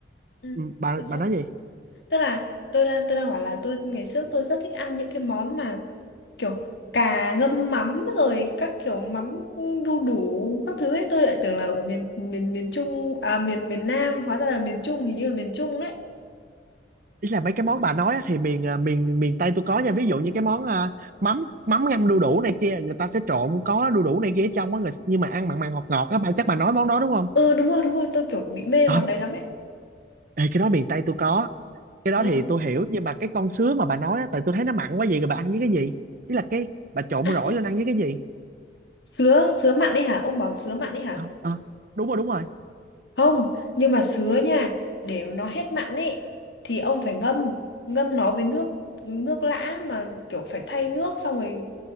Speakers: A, on the left; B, on the right.
A: ừ,
B: ừ, bà
A: làm sao
B: bà nói gì?
A: tức là tôi đang tôi đang bảo là tôi ngày trước tôi rất thích ăn những cái món mà kiểu cà ngâm mắm rồi các kiểu mắm đu đủ các thứ ấy tôi lại tưởng là ở miền miền miền Trung à miền miền Nam hóa ra là miền Trung hình như là miền Trung đấy
B: ý là mấy cái món bà nói á, thì miền à, miền miền Tây tôi có nha ví dụ như cái món à, mắm mắm ngâm đu đủ này kia người ta sẽ trộn có đu đủ này kia ở trong á người nhưng mà ăn mặn mặn ngọt ngọt á bà chắc bà nói món đó đúng không
A: ừ đúng rồi đúng rồi tôi kiểu bị mê
B: ờ
A: món đấy lắm đấy
B: ê, cái đó miền Tây tôi có cái đó
A: ừ.
B: thì tôi hiểu nhưng mà cái con sứa mà bà nói á tại tôi thấy nó mặn quá vậy rồi bà ăn với cái gì ý là cái bà trộn
A: À,
B: rỗi lên ăn với cái gì
A: sứa sứa mặn ấy hả ông bảo sứa mặn ấy hả
B: ờ ờ đúng rồi đúng rồi
A: Không, nhưng mà sứa nha, để nó hết mặn ấy thì ông phải ngâm, ngâm nó với nước nước lã mà kiểu phải thay nước xong rồi